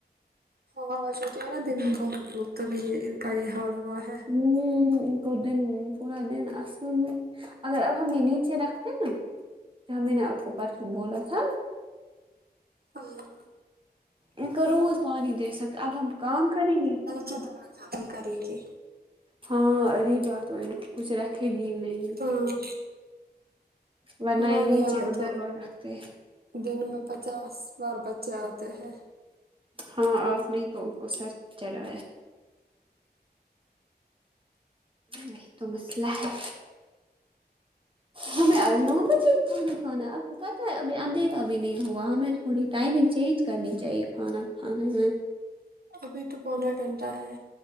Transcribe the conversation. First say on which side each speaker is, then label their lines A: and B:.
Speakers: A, on the right; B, on the right.
A: ہاں چک ہے نا دن میں بہت دھوپ تبھی یہ ان کا یہ حال ہوا ہے
B: ہمم ان کو دن پورا دن اصل میں اگر اب ہمیں نیچے رکھتے نا تو ہم میں نے آپ کو پرسوں بولا تھا
A: ہاں
B: ان کا روز پانی دے سکتا اب ہم کام کریں گے
A: کی دوا کھانا ہم کریں گے
B: ہاں اریبا تو ان کو کچھ رکھے گی نہیں
A: ہاں
B: ورنہ
A: ہمارے
B: یہ نیچے
A: یہاں
B: ادھر
A: تو
B: وہ رکھتے
A: دن میں پچاس ور بچے آتے ہیں
B: ہاں آپ نے ہی تو ان کو سر چڑھایا ہے وہی تو مسئلہ ہے ہمیں آج نو بجے ہی کھانا کھانا ہے آپ کو پتہ ہے ابھی اندھیرا اب نہیں ہوا ہمیں تھوڑی ٹائمنگ چینج کرنی چاہیے کانا کھانے میں
A: ابھی تو پونا گھنٹہ ہے